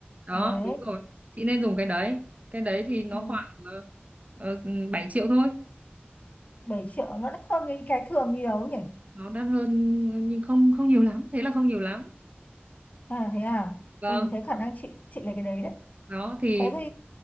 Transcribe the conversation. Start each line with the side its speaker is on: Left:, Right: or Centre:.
Right: đó
Left: đấy
Right: đúng rồi chị nên dùng cái đấy cái đấy thì nó
Left: ừ,
Right: khoảng uh, 7 triệu thôi
Left: 7 triệu nó đắt hơn cái cái thường nhiều nhỉ
Right: nó đắt hơn ờ, nhưng không không nhiều lắm thế là không nhiều lắm
Left: à thế à
Right: vâng
Left: ừ thế khả năng chị chị lấy cái đấy đấy
Right: đó thì
Left: thế thì